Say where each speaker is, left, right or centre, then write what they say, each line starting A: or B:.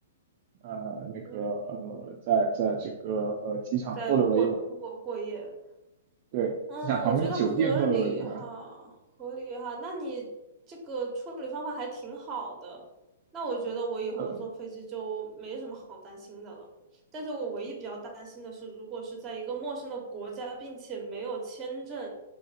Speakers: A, on the right; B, on the right.
A: 呃那个呃在在这个呃机场逗留了一晚，
B: 嗯，在过过过夜，
A: 对，
B: 嗯，
A: 机场旁边的酒店逗留了一晚，
B: 我觉得合理哈，合理哈。那你这个处理方法还挺好的，那我觉得我以后坐飞机就没什么好担心的了。
A: 呃
B: 但是我唯一比较担心的是，如果是在一个陌生的国家，并且没有签证